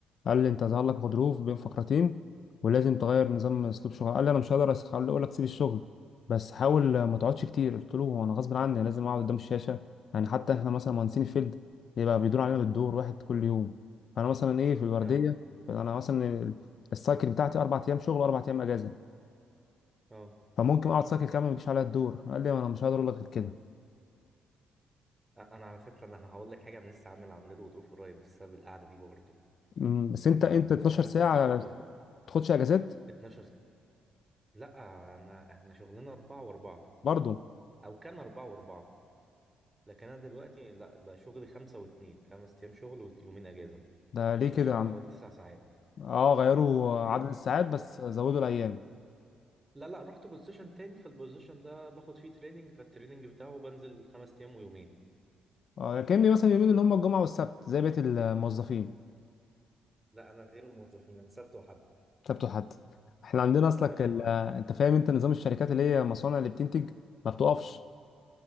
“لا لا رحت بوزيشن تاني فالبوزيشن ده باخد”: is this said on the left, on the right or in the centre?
Right